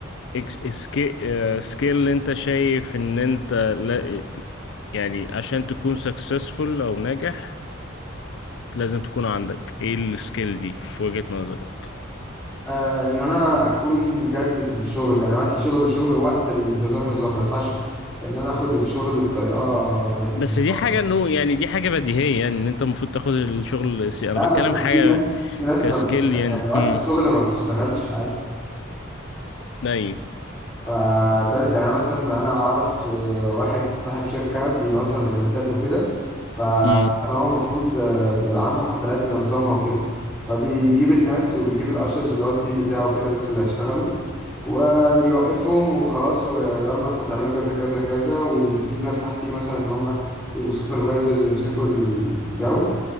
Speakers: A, on the left (about 65°); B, in the centre.
A: إكس- سكي آه، سكيل اللي انت شايف ان انت لا يعني عشان تكون سكسسفul او ناجح لازم تكون عندك ايه السكيل دي في وجهة نظرك
B: آه ان انا اكون جد في الشغل يعني وقت الشغل شغل ووقت الهزار هزار ما ينفعش ان انا اخد الشغل بطريقه ه-
A: بس
B: هزار
A: دي حاجة انه يعني دي حاجة بديهية يعني ان انت المفروض تاخد الشغل سي انا
B: لا
A: بتكلم
B: بس
A: حاجة
B: في ناس في ناس
A: كسكيل
B: ما بتشتغل
A: يعني
B: يعني وقت
A: هم
B: الشغل ما بتشتغلش عادي
A: داي
B: فده يعني أنا مثلا انا اعرف آه، واحد صاحب شركة بينظم ايفنتات وكده مم. فمثلا
A: هم
B: هو المفروض آه، بيبقى عنده حفلات ينظمها وكده فبيجيب الناس وبيجيب الاشرز اللي هو التيم بتاعه كده الناس اللي هيشتغلوا وبيوقفهم وخلاص ويلا انتوا هتعملوا كذا كذا كذا ويجيب ناس تحتيه مثلا ان هم يبقوا سوبرفايزرز ويمسكوا الجو